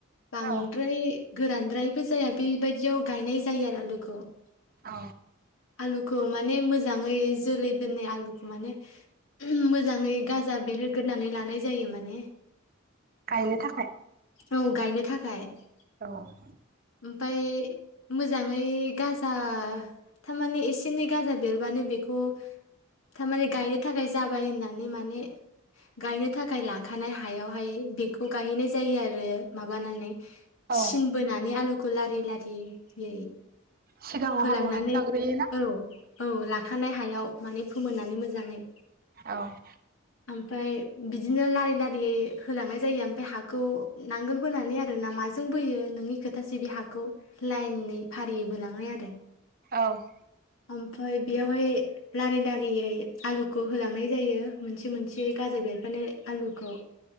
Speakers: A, on the left; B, on the right.
A: बांद्राय
B: औ
A: गोरानद्रायबो जाया बेबायदियाव गायनाय जायो आरो आलुखौ ।
B: औ
A: आलुखौ माने मोजां जाङै जोलै दोननाय आलुखौ माने मोजाङै गाजा बेरो गोरोनानै लानाय जायो माने
B: गायनो थाखाय ।
A: औ गायनो थाखाय ।
B: औ ।
A: ओमफ्राय मोजाङै गाजा थारमाने एसे एनै गाजा बेरबानो बेखौ थारमाने गायनो थाखाय जाबाय होननानै माने गायनो थाखाय लाखानाय हायावहाय बेखौ गायहैनाय जायो आरो माबानानै
B: औ
A: सिन बोना आलुखौ लारि लारियै
B: सिगाङाव
A: होलांनानै
B: हालेवनानै लाग्रोयोना
A: औ औ लाखानाय हायाव माने फोमोननानै मोजाङै
B: औ ।
A: ओमफ्राय बिदिनो लारि लारियै होलांनाय जायो ओमफ्राय हाखौ नांगोल बोनानै आरोना माजों बोयो नोंनि खोथासैबि हाखौ लाइननै फारियै बोलांनाय आरो ।
B: औ ।
A: ओमफफ्राय बेयावहाय लारि लारियै आलुखौ होलांनाय जायो मोनसे मोनसेयै गाज्रि बेरखानाय आलुखौ